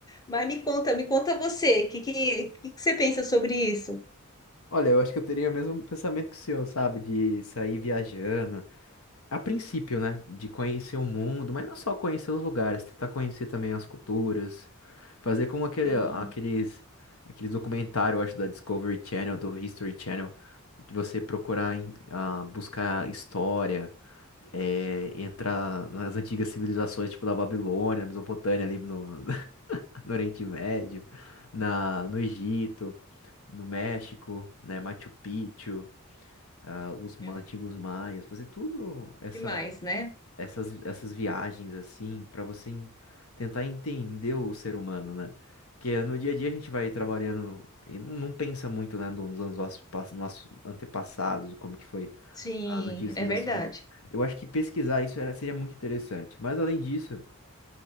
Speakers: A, on the left; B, on the left.
A: Mas me conta, me conta você, o que, que, que que você pensa sobre isso?
B: Olha, eu acho que eu teria o mesmo pensamento que o senhor, sabe? De sair viajando, A princípio, né? De conhecer o mundo, mas não só conhecer os lugares, tentar conhecer também as culturas, fazer como aquele,
A: Sim,
B: aqueles, aqueles documentários, eu acho, da Discovery Channel, do History Channel, de você procurar em- ah, buscar história, eh, entrar nas antigas civilizações, tipo da Babilônia, Mesopotâmia, ali no, <laughs> no Oriente Médio, na, no Egito, no México, né? Machu Picchu, ah, os ma-
A: é.
B: antigos maias, fazer tudo essa
A: Demais, né?
B: essas, essas viagens assim, pra você en- tentar entender o ser humano, né? Porque no dia a dia a gente vai trabalhando e não, não pensa muito, né, no- nos nossos, pass- nossos antepassados, como que foi
A: Sim,
B: as antigas civilizações.
A: é verdade.
B: Eu acho que pesquisar isso era, seria muito interessante. Mas além disso,